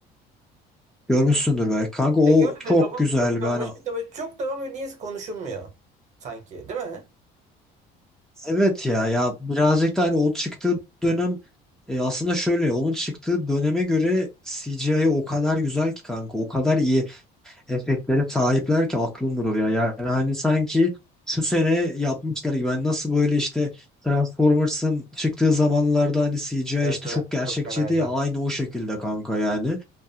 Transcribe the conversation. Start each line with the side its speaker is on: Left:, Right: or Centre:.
Centre: Görmüşsündür belki. Kanka o
Right: E gördün
Centre: çok
Right: mü robot
Centre: güzel
Right: çok karmaşık
Centre: bir hani
Right: da böyle çok da böyle niyeyse konuşulmuyor sanki değil mi?
Centre: evet ya ya birazcık da hani o çıktığı dönem e, aslında şöyle onun çıktığı döneme göre CGI o kadar güzel ki kanka o kadar iyi efektlere sahipler ki aklım durur ya. Yani hani sanki şu sene yapmışlar gibi. Ben nasıl böyle işte Transformers'ın çıktığı zamanlarda hani CGI
Right: Evet
Centre: işte
Right: evet
Centre: çok gerçekçiydi
Right: çok fenaydı.
Centre: ya aynı o şekilde kanka yani.